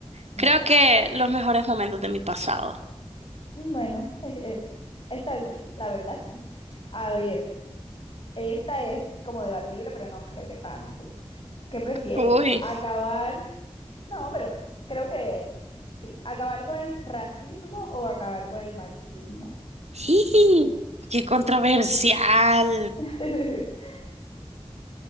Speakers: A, on the left; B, on the right.
A: Bueno,
B: Creo que los mejores momentos de mi pasado.
A: mm, bueno, eh, eh, está bien, la verdad sí. A ver, esta es como debatible, pero no creo que tanto. ¿Qué prefieres?
B: Uy,
A: ¿Acabar? No, pero creo que sí. ¿Acabar con el racismo o acabar con el machismo?
B: Jiji, qué controversial.
A: <laughs>